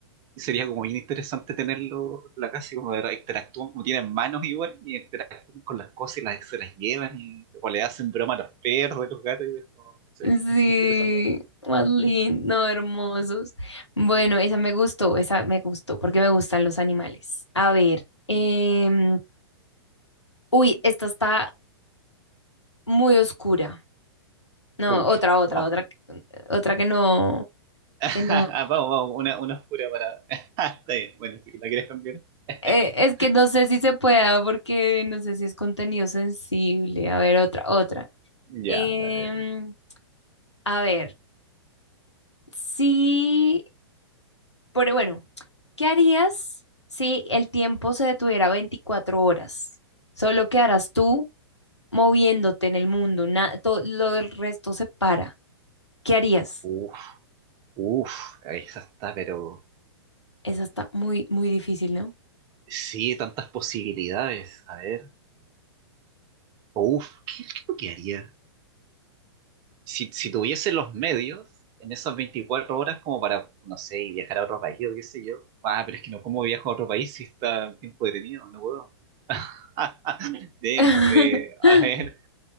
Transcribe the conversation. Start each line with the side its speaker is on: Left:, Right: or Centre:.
Right: sería como bien interesante tenerlo en la casa y como ver, interactúan, como tienen manos igual, y interactúan con las cosas y las, se las llevan, y, o le hacen broma a los perros, a los gatos, y es como, no sé,
Left: Sí,
Right: <laughs> interesante.
Left: más lindo, hermosos. Bueno, esa me gustó, esa me gustó, porque me gustan los animales. A ver, em, uy, esta está muy oscura. No,
Right: Uf.
Left: otra, otra,
Right: vamos.
Left: otra, otra que no,
Right: <laughs>
Left: que no.
Right: Vamos, vamos, una, una oscura para. <laughs> Está bien, bueno, si la quieres cambiar. <laughs>
Left: Eh, es que no sé si se pueda, porque no sé si es contenido sensible. A ver, otra, otra. Em,
Right: Ya, dale.
Left: a ver, sí. Pero bueno, ¿qué harías si el tiempo se detuviera 24 horas? Solo quedarás tú moviéndote en el mundo, na- todo lo del resto se para. ¿Qué harías?
Right: Uf, uf, esa está, pero.
Left: Esa está muy, muy difícil, ¿no?
Right: Sí, tantas posibilidades. A ver. Uf, ¿qué es lo que haría? Si, si tuviese los medios en esas 24 horas como para, no sé, viajar a otro país o qué sé yo. Ah, pero es que no, ¿cómo viajo a otro país si está el tiempo detenido? No puedo. <laughs> Damn,
Left: <laughs>
Right: eh, a ver.